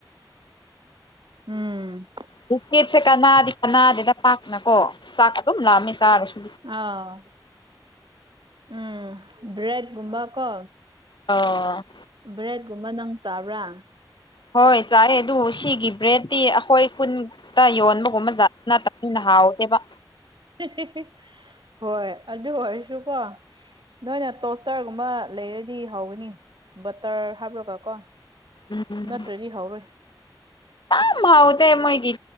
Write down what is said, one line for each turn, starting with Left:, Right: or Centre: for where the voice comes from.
Right: ꯎꯝ
Left: ꯕꯤꯁꯀꯤꯠꯁꯦ ꯀꯅꯥꯗꯤ ꯀꯅꯥꯗꯅ ꯄꯥꯛꯅ ꯀꯣ ꯆꯥꯛ ꯑꯗꯨꯝ ꯂꯥꯛꯑꯃꯦ ꯆꯥꯔꯁꯨ
Right: ꯑꯥ ꯎꯝ ꯔꯦꯠꯒꯨꯝꯕ ꯀꯣ
Left: ꯑꯣ
Right: ꯕ꯭ꯔꯦꯗꯀꯨꯝꯕ ꯅꯪ ꯆꯥꯕ꯭ꯔꯥ
Left: ꯍꯣꯏ ꯆꯥꯏ ꯑꯗꯨ ꯁꯤꯒꯤ ꯕ꯭ꯔꯦꯗꯇꯤ ꯑꯩꯈꯣꯏ ꯀꯨꯟ ꯇ ꯌꯣꯟꯕꯒꯨꯝꯕꯖꯠꯅ ꯇꯅ ꯍꯥꯎꯇꯦꯕ
Right: ꯍꯦ ꯍꯦ ꯍꯣꯏ ꯑꯗꯨ ꯑꯣꯏꯔꯁꯨꯀꯣ ꯅꯣꯏꯅ ꯇꯣꯁꯇꯔꯒꯨꯝꯕ ꯂꯩꯔꯗꯤ ꯍꯧꯒꯅꯤ ꯕꯇꯔ ꯍꯥꯞꯔꯥꯒ ꯀꯣ
Left: ꯎꯝ ꯎꯝ
Right: ꯅꯠꯇ꯭ꯔꯗꯤ ꯍꯧꯔꯣꯏ
Left: ꯌꯥꯝ ꯍꯥꯎꯇꯦ ꯃꯣꯏꯒꯤ